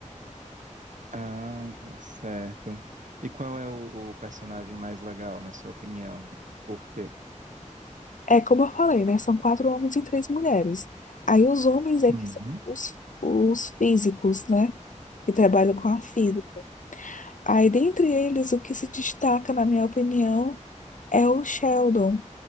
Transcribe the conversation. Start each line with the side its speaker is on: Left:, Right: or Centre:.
Right: Ah, é certo. E qual é o, o personagem mais legal, na sua opinião? Por quê?
Left: É como eu falei, né? São quatro homens e três mulheres. Aí os homens é
Right: Uhum.
Left: que são os, os físicos, né? Que trabalham com a física. Aí, dentre eles, o que se destaca, na minha opinião, é o Sheldon,